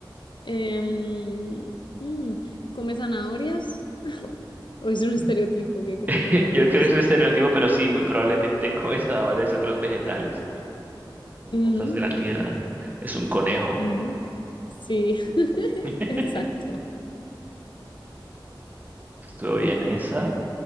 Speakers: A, on the left; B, on the right.
A: Em, mm, ¿come zanahorias? <laughs> ¿O es un estereotipo
B: <laughs>
A: que come zanahorias?
B: Yo creo que es un estereotipo, pero sí, muy probablemente <laughs> come zanahorias y otros vegetales o
A: Ujú,
B: cosas de la tierra. Es un conejo.
A: ujú. Sí, <laughs>
B: <laughs>
A: exacto.
B: Estuvo bien esa.